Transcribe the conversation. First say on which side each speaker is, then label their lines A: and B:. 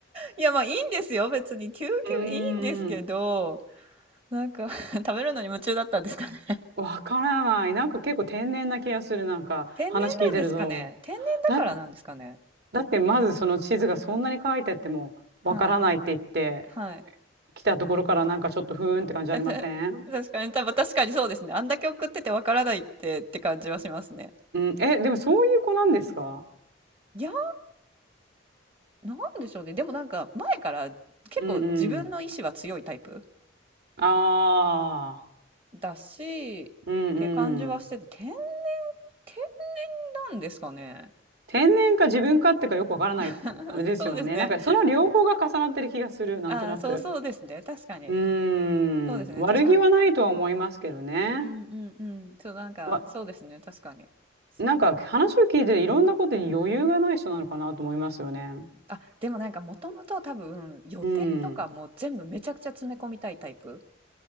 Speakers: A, on the right; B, on the right.
A: いや、まあいいんですよ。別に。究極いいんですけど、
B: うーん、
A: なんか <laughs> 食べるのに夢中だったんですかね。<laughs>
B: わからない。なんか結構天然な気がする、なんか話聞いてると。
A: 天然なんですかね。天然だからなんですかね。
B: だ、だってまずその地図がそんなに書いてあってもわからないって言って、
A: はい。はい。
B: 来たところからなんかちょっとふーんって感じありません
A: <laughs> 確かに、多分確かにそうですね。あんだけ送っててわからないってって感じはしますね。
B: うん、え、でもそういう子なんですか
A: いや、なんでしょうね。でもなんか前から結構自分の意志は強いタイプ
B: うんうん。ああ、
A: だし、って感じはしてて、
B: うんうん。
A: 天、天然なんですかね。
B: 天然か自分かってかよくわからない、
A: <laughs>
B: あれですよね。
A: そうですね。
B: なんかその両方が重なってる気がする、なんとなく。
A: ああ、そうそうですね。確かに。
B: うーん、
A: そうですね。
B: 悪気はないとは思いますけどね。
A: 確かに。うんうんうん、そう、なんか、
B: わ、
A: そうですね、確かに。そっか。
B: なんか話を聞いていろんなことに余裕がない人なのかなと思いますよね。
A: あ、でもなんか、もともと多分、予定とかも全部めちゃくちゃ詰め込みたいタイプ。
B: うん。